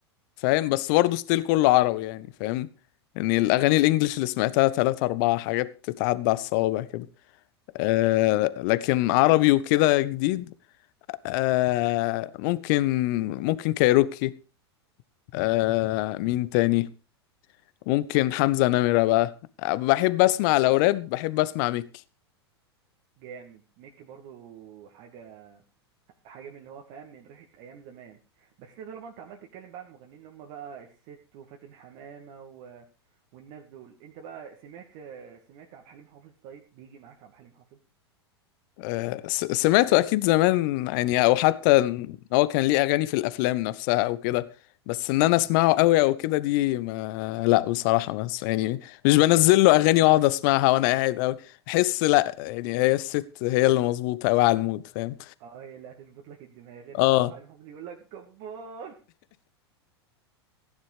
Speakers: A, on the left (about 50°); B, on the right (about 50°).
A: فاهم بس برضه ستيل كله عربي يعني فاهم يعني الاغاني الانجليش اللي سمعتها ثلاثة اربعة حاجات تتعدى على الصوابع كده آه
B: امم
A: لكن عربي وكده جديد آه ممكن ممكن كايروكي آه مين تاني ممكن حمزة نمرة بقى آه، بحب اسمع لو راب بحب اسمع ميكي
B: جامد ميكي برضو حاجه حاجه من اللي هو فاهم من ريحه ايام زمان بس انت طالما انت عمال تتكلم بقى عن المغنيين اللي هم بقى الست وفاتن حمامه و... والناس دول انت بقى سمعت سمعت عبد الحليم حافظ طيب بيجي معاك عبد الحليم حافظ
A: آه س- سمعته اكيد زمان يعني او حتى إن هو كان ليه اغاني في الافلام نفسها او كده بس ان انا اسمعه قوي او كده دي ما لا بصراحة ما أس- يعني مش بنزل له اغاني واقعد اسمعها وانا قاعد قوي بحس لا يعني هي الست هي اللي مظبوطة قوي على المود فاهم
B: اه هي اللي هتظبط لك الدماغ انما
A: اه
B: عبد الحليم حافظ يقول لك كبار